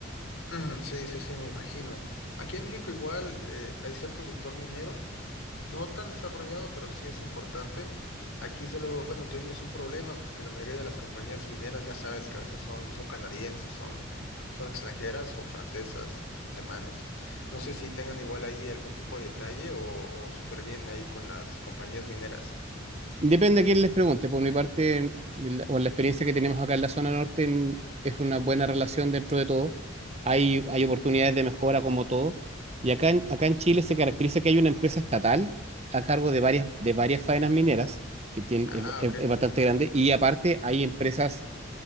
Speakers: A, on the left; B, on the right.
A: Mm, sí, sí, sí, me imagino. Aquí en México igual eh, hay cierto sector minero. No tan desarrollado, pero sí es importante. Aquí solo, bueno, tuvimos un problema porque la mayoría de las compañías mineras, ya sabes que a veces son, son canadienses, son, son extranjeras o francesas, alemanas. No sé si tengan igual ahí algún tipo de detalle o, o súper bien ahí con las compañías mineras.
B: Depende a quién les pregunte, por mi parte, en la- o en la experiencia que tenemos acá en la zona norte, en- es una buena relación dentro de todo. Hay, hay oportunidades de mejora como todo. Y acá en, acá en Chile se caracteriza que hay una empresa estatal a cargo de varias, de varias faenas mineras, que tiene,
A: Ajá,
B: es es-
A: ok.
B: es bastante
A: Ajá.
B: grande, y aparte hay empresas